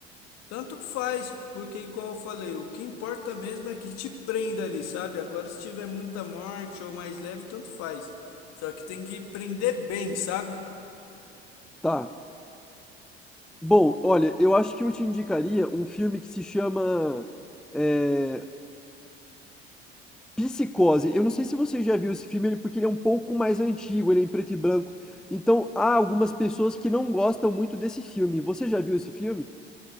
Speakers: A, on the left; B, in the centre.
A: tanto faz, porque igual eu falei, o que importa mesmo é que te prenda ali, sabe? Agora, se tiver muita morte ou mais leve, tanto faz. Só que tem que prender bem, sabe?
B: Tá. Bom, olha, eu acho que eu te indicaria um filme que se chama é, Psicose. Eu não sei se você já viu esse filme, ele- porque ele é um pouco mais antigo, ele é em preto e branco. Então, há algumas pessoas que não gostam muito desse filme. Você já viu esse filme?